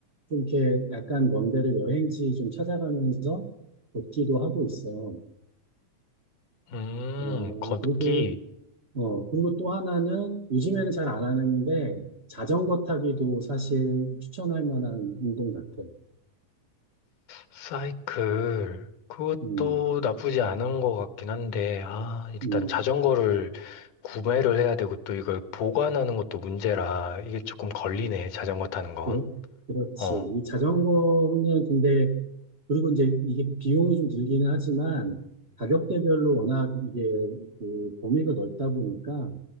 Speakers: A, on the right (about 45°); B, on the left (about 85°).
A: 좀 이렇게 약간 먼 데를 여행지 좀 찾아가면서 걷기도 하고 있어.
B: 음,
A: 어,
B: 걷기.
A: 그리고, 어, 그리고 또 하나는 요즘에는 잘 안 하는데, 자전거 타기도 사실 추천할 만한 운동 같아.
B: 사이클. 그것도
A: 음,
B: 나쁘지 않은 것 같긴 한데, 아, 일단
A: 음.
B: 자전거를 구매를 해야 되고 또 이걸 보관하는 것도 문제라 이게 조금 걸리네, 자전거 타는 건.
A: 그렇 그렇지.
B: 어,
A: 이 자전거는 근데, 그리고 이제 이게 비용이 좀 들기는 하지만, 가격대별로 워낙 이게 그 범위가 넓다 보니까,